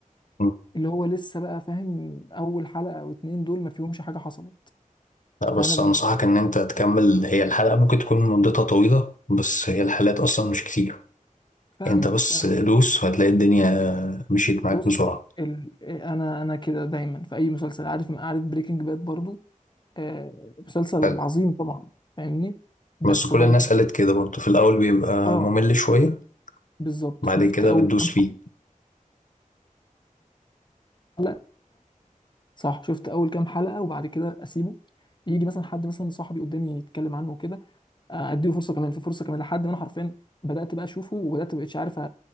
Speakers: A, on the left; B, on the left.
A: م.
B: اللي هو لسه بقى فاهم اول حلقه او اتنين دول ما فيهمش حاجه حصلت
A: لا بس
B: فانا بالنسبه
A: انصحك ان
B: لي
A: انت تكمل هي الحلقه ممكن تكون مدتها طويله بس هي الحلقات اصلا مش كتير
B: فاهمك
A: انت بس
B: فاهم
A: دوس وهتلاقي الدنيا مشيت معاك
B: بص
A: بسرعه
B: ال... انا انا كده دايما في اي مسلسل عارف عارف بريكنج باد برضو آه، مسلسل
A: حلو.
B: عظيم طبعا فاهمني بس
A: بس كل
B: برضو
A: الناس قالت كده برضه في الاول بيبقى
B: اه
A: ممل شويه
B: بالظبط
A: بعد
B: شفت
A: كده
B: اول
A: بتدوس
B: كام
A: فيه
B: حلقه صح شفت اول كام حلقه وبعد كده اسيبه يجي مثلا حد مثلا صاحبي قدامي يتكلم عنه وكده آه، اديله فرصه كمان في فرصه كمان لحد ما انا حرفيا بدات بقى اشوفه وبدات مبقتش عارف أ-